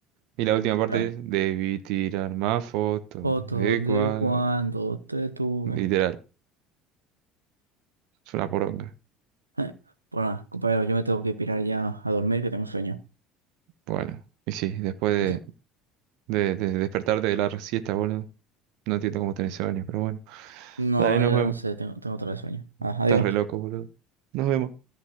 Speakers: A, on the right; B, on the right.
A: y la última parte
B: claro.
A: es debí tirar más fotos
B: Fotos
A: de
B: de
A: cuadro.
B: cuando te tuve.
A: Literal, es una poronga.
B: <laughs> Bueno, compañero, yo me tengo que pirar ya a dormir, que tengo sueño.
A: Bueno, y sí, después
B: Otra
A: de, de, de despertarte de la siesta, boludo. No entiendo cómo tenés sueño, pero bueno.
B: No,
A: Dale, nos
B: yo
A: vemos.
B: no sé, tengo, tengo otra vez sueño. Ajá,
A: Estás
B: digo.
A: re loco, boludo. Nos vemos.